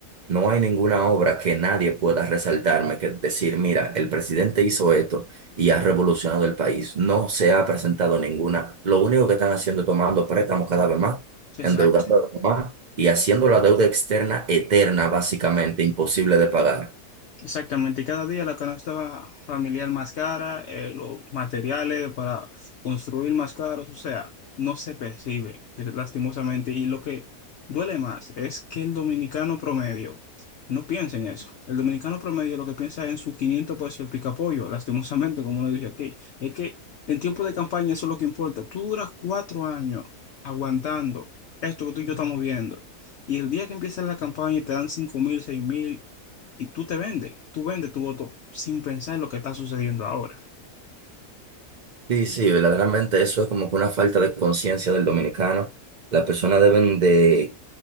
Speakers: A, on the right; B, on the left.
A: no hay ninguna obra que nadie pueda resaltarme, que decir, mira, el presidente hizo esto y ha revolucionado el país. No se ha presentado ninguna. Lo único que están haciendo es tomando préstamos cada vez más,
B: Exacto.
A: endeudando más y haciendo la deuda externa eterna, básicamente imposible de pagar.
B: Exactamente, y cada día la canasta familiar más cara, eh, los materiales para construir más caros, o sea, no se percibe, eh, lastimosamente. Y lo que duele más es que el dominicano promedio no piensa en eso. El dominicano promedio lo que piensa es en su 500 pesos y el picapollo, lastimosamente, como uno dice aquí. Es que en tiempo de campaña eso es lo que importa. Tú duras cuatro años aguantando esto que tú y yo estamos viendo. Y el día que empieza la campaña y te dan 5 mil, y tú te vendes, tú vendes tu voto sin pensar en lo que está sucediendo ahora.
A: Sí, sí, verdaderamente eso es como que una falta de conciencia del dominicano. Las personas deben de...